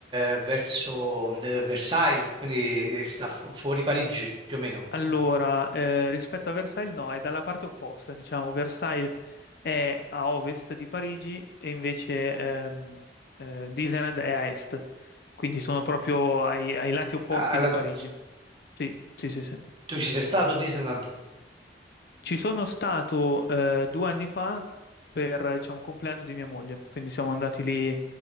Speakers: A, on the right; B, on the left.
A: eh, verso eh, Versailles, quindi eh, sta fu- fuori Parigi, più o meno.
B: Allora,
A: Oh.
B: eh, rispetto a Versailles, no, è dalla parte opposta, diciamo, Versailles è a ovest di Parigi e invece ehm, eh, Disneyland è a est, quindi sono proprio ai, ai lati opposti
A: Ah, allora
B: di Parigi.
A: ti ho preso.
B: Sì, sì, sì, sì.
A: tu ci sei stato a Disneyland?
B: Ci sono stato eh, due anni fa per, diciamo, il compleanno di mia moglie, quindi siamo andati lì,